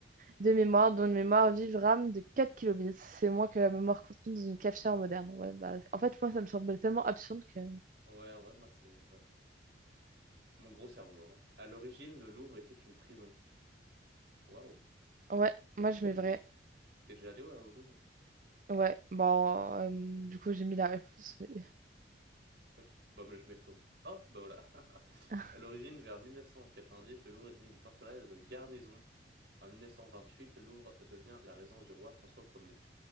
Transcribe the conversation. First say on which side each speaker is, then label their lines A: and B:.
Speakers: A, on the right; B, on the right.
A: de mémoire, dont une mémoire vive RAM de 4 kilobits. C'est moins que la mémoire contenue dans une cafetière moderne. Ouais, bah, en fait, moi, ça me semblait tellement absurde que...
B: Ouais, en vrai, moi, c'est. Ouais. Mon gros cerveau. hein. À l'origine, le Louvre était une prison. Waouh.
A: Ouais, moi,
B: Aucune
A: je mets
B: idée.
A: vrai.
B: T'es déjà allé ouais, au Louvre?
A: Ouais, bon, euh, du coup j'ai mis la réponse, mais...
B: Ok, bon, mais je mets faux. Oh, bah voilà. <laughs>
A: <laughs>
B: À l'origine, vers 1990, le Louvre était une forteresse de garnison. En 1928, le Louvre devient la résidence du roi François Ier.